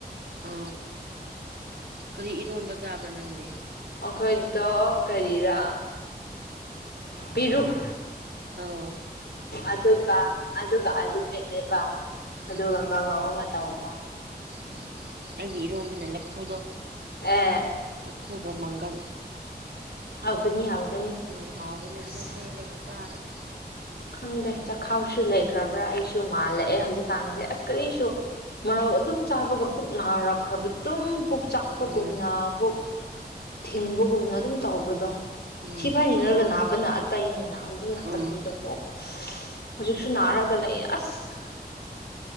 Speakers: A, on the right; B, on the left.
A: ꯑ ꯀꯔꯤ ꯏꯔꯣꯟꯝꯕ ꯆꯥꯕ꯭ꯔꯥ ꯅꯪꯗꯤ
B: ꯑꯩꯈꯣꯏꯗ ꯀꯔꯤꯔꯥ ꯄꯤꯔꯨꯛ
A: ꯑ
B: ꯑꯗꯨꯒ ꯑꯗꯨꯒ ꯑꯂꯨ ꯃꯦꯠꯂꯦꯕ
A: ꯎꯝ
B: ꯑꯗꯨꯒ ꯀꯥꯡꯉꯧ ꯑꯃ ꯇꯧꯕ
A: ꯎꯝ ꯑꯩꯒꯤ ꯏꯔꯣꯝꯕꯅ ꯂꯐꯨꯗꯣ
B: ꯑꯦ
A: ꯄꯨꯨꯒ ꯃꯪꯒꯟ
B: ꯍꯧꯒꯅꯤ ꯍꯧꯒꯅꯤ
A: ꯎꯝ ꯍꯥꯎ ꯃꯅꯦ
B: ꯑꯁ
A: ꯑꯗꯨ ꯃ ꯂꯩꯒ ꯆꯔꯒ
B: ꯈꯪꯗꯦ ꯆ ꯈꯥꯎꯁꯨ ꯂꯩ ꯈꯕ꯭ꯔꯥ ꯑꯩꯁꯨ ꯃꯥꯜꯂꯛꯑꯦ ꯍꯧꯖꯤꯛꯀꯥꯟꯁꯦ ꯑꯁ ꯀꯔꯤꯁꯨ ꯃꯔꯧ ꯑꯗꯨꯝ ꯆꯥꯕꯒ ꯄꯨꯛ ꯅꯥꯔꯛꯄ ꯈꯔꯕꯨ ꯑꯗꯨꯝ ꯄꯨꯛ ꯆꯥꯛꯄꯒꯨꯝꯅ
A: ꯎꯝ
B: ꯄꯨꯛ ꯊꯤꯟꯕꯒꯨꯝꯅ ꯑꯗꯨꯝ ꯇꯕꯗꯣ
A: ꯎꯝ
B: ꯊꯤꯕꯥꯏꯅꯤꯡꯉꯔꯒ
A: ꯍꯥꯎꯕꯅꯦ
B: ꯅꯥꯕꯅ ꯑꯇꯩꯅꯤꯅ ꯑꯗꯨꯅ
A: ꯎꯝ
B: ꯇꯝꯕꯤꯗꯀꯣ ꯍꯧꯖꯤꯛꯁꯨ ꯅꯥꯔꯒ ꯂꯩ ꯑꯁ